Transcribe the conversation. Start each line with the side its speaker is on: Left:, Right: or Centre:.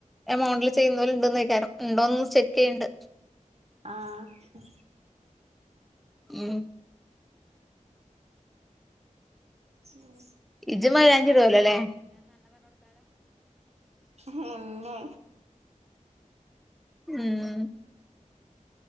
Centre: എമൗണ്ടില് ചെയ ണ്ടോന്ന്ക്കറം ഉണ്ടോന്ന് ചെക്ക് ചെയ്യണ്ട്
Right: ആഹ്
Centre: ഉം
Right: ഉം
Centre: ഇജ് മയിലാഞ്ചി ഇടുല്ലോല്ലേ
Right: പിന്നെ
Centre: ഉം